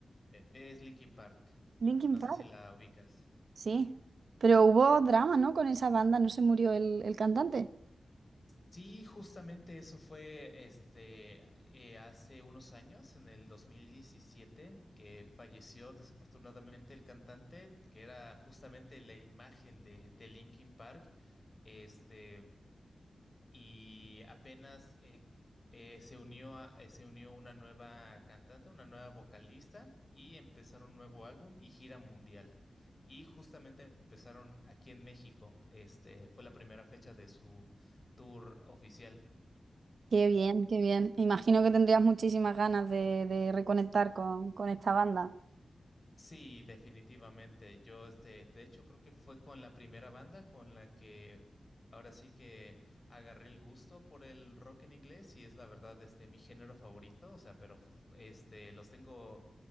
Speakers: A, on the left (about 35°); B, on the right (about 80°).
A: Eh, Es Linkin Park.
B: Linkin
A: No
B: Park.
A: sé si la ubicas.
B: Sí. Pero hubo drama, ¿no? Con esa banda, no se murió el, el cantante.
A: Sí, justamente eso fue este eh, hace unos años, en el 2017, que falleció desafortunadamente el cantante, que era justamente la imagen de, de Linkin Park. Este, y apenas eh, eh, se unió a- eh, se unió una nueva cantante, una nueva vocalista, y empezaron un nuevo álbum y gira mundial. Y justamente empezaron aquí en México. Este, fue la primera fecha de su tour oficial.
B: Qué bien, qué bien. Imagino que tendrías muchísimas ganas de, de reconectar con, con esta banda.
A: Sí, definitivamente. Yo, este, de hecho, creo que fue con la primera banda con la que ahora sí que agarré el gusto por el rock en inglés y es la verdad, este, mi género favorito. O sea, pero f- este, los tengo